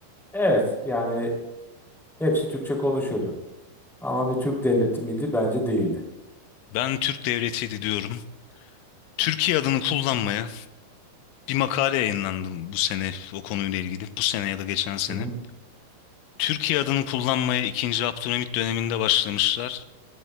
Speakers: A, in the centre; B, on the left.
A: Evet yani hepsi Türkçe konuşuyordu. Ama bir Türk devleti miydi? Bence değildi.
B: Ben Türk Devleti'ydi diyorum. Türkiye adını kullanmaya bir makale yayınlandı bu sene o konuyla ilgili. Bu sene ya da geçen sene.
A: Hı hı,
B: Türkiye adını kullanmaya ikinci Abdülhamit döneminde başlamışlar.